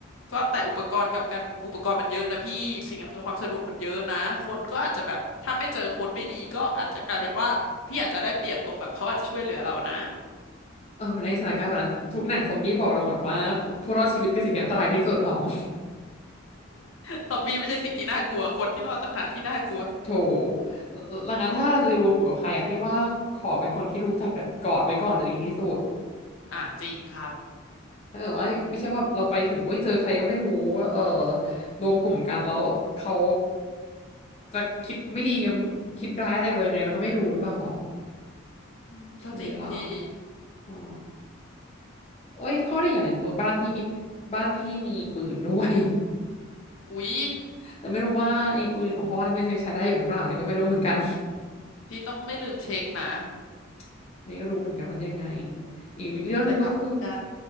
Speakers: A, on the left (about 70°); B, on the left (about 30°).
A: ก็แต่อุปกรณ์กับการอุปกรณ์มันเยอะนะพี่สิ่งอำนวยความสะดวกมันเยอะนะคนก็อาจจะแบบถ้าไม่เจอคนไม่ดีก็อาจจะกลายเป็นว่าพี่อาจจะได้เปรียบตรงแบบเขาอาจจะช่วยเหลือเรานะ
B: เออในสถานการณ์วันนั้นทุกหนังซอมบี้บอกเราหมดว่าผู้รอดชีวิตคือสิ่งที่อันตรายที่สุดหอม
A: <laughs> ซอมบี้ไม่ใช่สิ่งที่น่ากลัวคนที่รอดต่างหากที่น่ากลัว
B: ถูกหลังนั้นถ้าเราจะรวมกลุ่มกับใครอะพี่ว่าขอเป็นคนที่รู้จักกันก่อนไว้ก่อนจะดีที่สุด
A: อ่าจริงครับ
B: ถ้าเกิดว่าไม่ใช่ว่าเราไปถึงโอ้ยเจอใครก็ไม่รู้เออรวมกลุ่มกันแล้วเขาจะคิดไม่ดีกับคิดร้ายอะไรกับเรายังไงเราก็ไม่รู้หรือเปล่าหอม
A: อืมก็จริงพี่
B: ใช่ไหมล่ะอ๋อโอ้ยข้อดีอย่างหนึ่งคือบ้านพี่มีบ้านพี่มีปืนด้วย
A: อุ๊ย
B: แต่ไม่รู้ว่าไอ้ปืนของพ่อนี่มันยังใช้ได้อยู่หรือเปล่าเนี่ยก็ไม่รู้เหมือนกัน
A: พี่ต้องไม่ลืมเช็คนะ
B: <laughs> ไม่รู้เหมือนกันว่าจะยังไงอีกเรื่องหนึ่งก็คือ
A: แต่กลับกัน